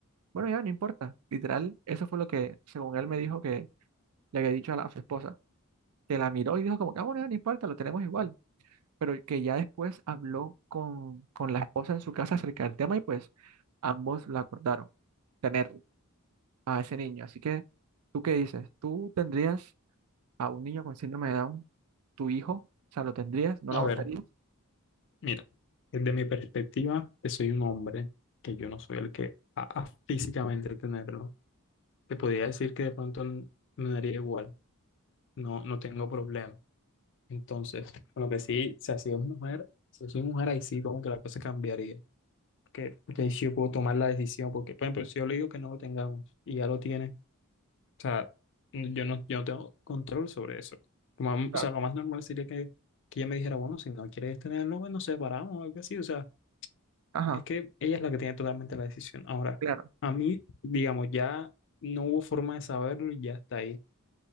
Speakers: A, on the right; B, on the left.
A: Bueno, ya no importa. Literal, eso fue lo que, según él, me dijo que le había dicho a, la, a su esposa. Que la miró y dijo como que, ah, bueno, ya no importa, lo tenemos igual. Pero que ya después habló con, con la esposa en su casa acerca del tema y pues ambos la acordaron, tener a ese niño. Así que, ¿tú qué dices? ¿Tú tendrías a un niño con síndrome de Down, tu hijo? O sea, ¿lo tendrías? ¿No
B: A
A: lo abortarías?
B: ver, mira, desde mi perspectiva, que soy un hombre, que yo no soy el que a, a físicamente tenerlo, te podría decir que de pronto n- me daría igual, no, no tengo problema. Entonces, bueno, que sí, si así es mujer, si soy mujer, ahí sí como que la cosa cambiaría. Que de ahí sí yo puedo tomar la decisión, porque, por ejemplo, si yo le digo que no lo tengamos y ya lo tiene, O sea, yo no, yo no tengo control sobre eso. Lo más-
A: Claro.
B: o sea, lo más normal sería que, que ella me dijera, bueno, si no quieres tenerlo, bueno, nos separamos o algo así. O sea,
A: Ajá,
B: es que ella es la que tiene totalmente la decisión. Ahora,
A: claro.
B: a mí, digamos, ya no hubo forma de saberlo y ya está ahí.